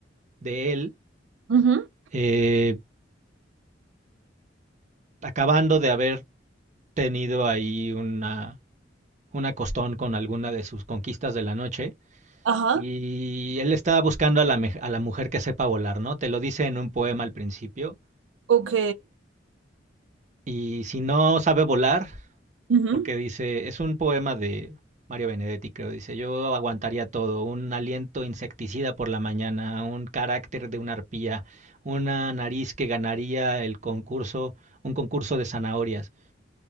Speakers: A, on the right (about 40°); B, on the right (about 90°).
A: de él
B: Ujú,
A: eh, acabando de haber tenido ahí una, una costón con alguna de sus conquistas de la noche
B: Ajá,
A: Y él estaba buscando a la, mej- a la mujer que sepa volar, ¿no? Te lo dice en un poema al principio.
B: ok.
A: Y si no sabe volar,
B: ujú.
A: porque dice, es un poema de Mario Benedetti, creo, dice, yo aguantaría todo, un aliento insecticida por la mañana, un carácter de una arpía, una nariz que ganaría el concurso, un concurso de zanahorias.